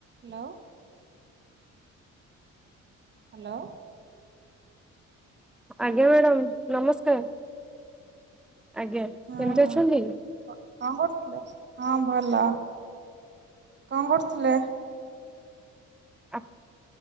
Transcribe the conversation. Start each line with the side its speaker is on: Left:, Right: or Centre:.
Right: Hello hello.
Centre: ଆଜ୍ଞା madam ନମସ୍କାର୍। ଆଜ୍ଞା
Right: ହଁ
Centre: କେମତି ଅଛନ୍ତି?
Right: କଣ କରୁଥିଲେ? ହଁ ଭଲ କଣ କରୁଥିଲେ?
Centre: ଆ